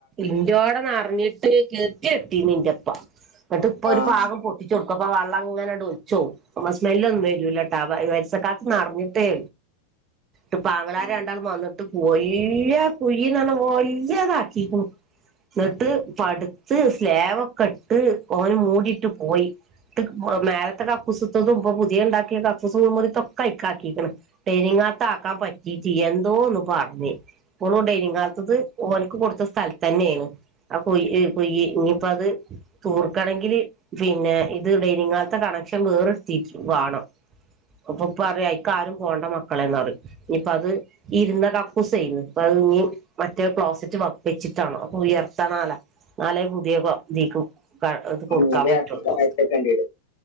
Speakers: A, on the right; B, on the left.
A: ഇന്തോടൊന്നഞ്ഞിട്ട് കെത്തി എത്തി നിൻ്റെ പ്പ എന്നിട്ട് ഇപ്പൊ
B: ആഹ്
A: ഒരു പാവം പൊട്ടിച്ച് കൊടുക്കും. അപ്പൊ വെള്ളം ഇങ്ങനെട ഒച്ചോ അപ്പ സ്മെല്ല ഒന്നും വരുലട്ടാ വരസക്കത്ത് നിറിഞ്ഞിട്ടേ ഇ പാഗളാര രണ്ടാളും വന്നിട്ട് പോയി ലയ കുഴിന്ന വന്ന വലിയതാ തിപോ എന്നിട്ട് പടുത്ത് സ്ലാവൊക്കെ ഇട്ട് ഓന് മൂടിട്ട് പോയി. ട്ട് ഒമേലത്തെ കപ്പു സുത്ത തുമ്പ പുതിയ ഉണ്ടാക്കിയ കപ്പു സുഖ മുത്തൊക്ക അയക്കാക്കിണ്, തേനി നത്താക്കാൻ പറ്റിട്ട് എന്തോന്ന് പറഞ് പ്പോൾഡൈകാത്തത് ഓന്ക്ക് കൊടുത്ത സ്ഥലതന്നെയാണ് ആ കൊയ് ഇ കൊയ് ഇ ഇനിയിപ്പോ അത് തൂർക്കണങ്കില് പിന്നെ ഇത്ടെനിങ്ങത്തെ കണക്ഷൻ വേറെത്തിട്ട് വാണം. അപ്പൊ പ്പറയും അയ്ക്കാരും പോണ്ട മക്കളേന്നറിം നിപ്പൊത് ഇരുന്ന കക്കൂസെയ്ന്നു പ്പൊത് ഇഞ്ഞി മറ്റേ ക്ലോസറ്റ് വെ വെച്ചിട്ടാണോ അപ്പൊ ഉയർത്തണാല നാലേ പുതിയതീക്ക്‌ താഴെക്ക് കൊടുക്കാൻ
B: ഉം അത്
A: പറ്റുള്ളൂ
B: ഇറക്കി താഴത്തേക്കേണ്ടി വരും